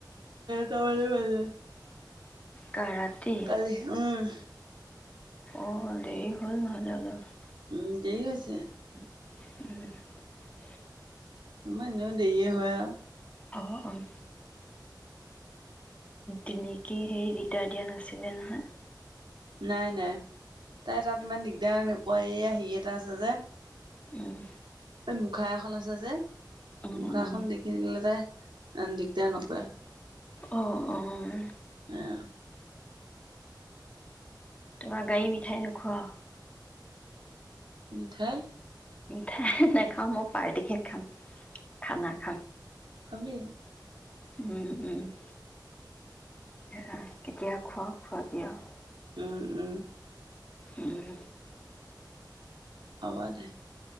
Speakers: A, on the right; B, on the left.
A: তল মাজে,
B: কা ৰাতি
A: কালি উম',।
B: অ', দেৰি হল নহ'লে অলপ।
A: উম', দি গৈছে।
B: উপ ', উ',
A: মই এনেও দেৰি হয় আৰু।
B: অহ, - অহ, তেনেকে হেৰি, দাৰ দিয়া নাছিলে নহয়।
A: নাই -নাই তাই তাত ইমান দিগদাৰ নকয় আহি, ই এটা আছে যে,
B: উম',
A: এই মুখা এখন আছে যে,
B: উম
A: মুখা
B: উম
A: এখন দেখিলে তাই দিগদাৰ নকৰে।
B: অহ ',- অহ ',
A: আহ,
B: তোমাৰ গাড়ী মিঠাই নোখোৱাও?
A: মিঠাই?
B: মিঠাই নেখাওঁ মই পাৰ্টি খে খাম। খানা খাম।
A: আমি?
B: উম', - উম', সেয়া কেতিয়া খোৱা খোৱাবি আৰু।
A: উম -উম
B: উম্
A: হ'ব দে।